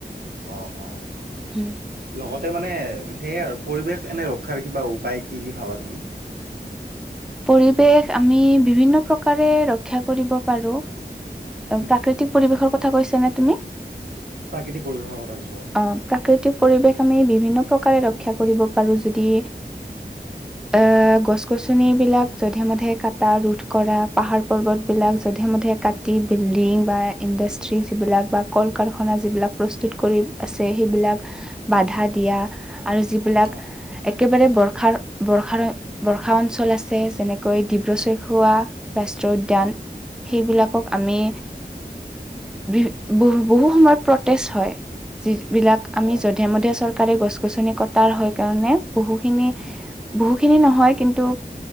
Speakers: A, on the right; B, in the centre.
A: অ অ।
B: উম।
A: লগতে মানে এ, সেয়ে আৰু পৰিৱেশ এনে ৰক্ষাৰ কিবা উপায় কি কি ভাবা তুমি?
B: পৰিৱেশ আমি বিভিন্ন প্ৰকাৰে ৰক্ষা কৰিব পাৰো। অ
A: উম
B: প্ৰাকৃতিক পৰিৱেশৰ কথা কৈছা নে তুমি?
A: প্ৰাকৃতিক পৰিবেশৰ কথা কৈছো হয়।
B: অ প্ৰাকৃতিক পৰিৱেশ আমি বিভিন্ন প্ৰকাৰে ৰক্ষা কৰিব পাৰো। যদি এ গছ-গছনি বিলাক যধে মধে কাটা ৰোধ কৰা পাহাৰ-পৰ্বতবিলাক যধে মধে কাট টি বিল্ডিং বা ইণ্ডাষ্ট্ৰী যিবিলাক বা কল-কাৰখানা যিবিলাক প্ৰস্তুত কৰি আছে, সেইবিলাক
A: উম
B: বাধা দিয়া, আৰু যিবিলাক
A: অ উম
B: এক কেবাৰে বৰ্ষাৰ, বৰ্ষাৰে, বৰ্ষা অঞ্চল আছ ছে, যেনেকৈ ডিব্ৰু-চৈখোৱা ৰাষ্ট্ৰীয় উদ্যান, সেইবিলাকক
A: উম
B: আমি বি, বহু বহু সময়ত প্ৰটেষ্ট হয়, যিবিলাক আমি
A: অ
B: যধে-মধে চৰকাৰে গছ-গছনি কটাৰ হয় কাৰণে বহুখিনি
A: উম,
B: বহু খিনি নহয় কিন্তু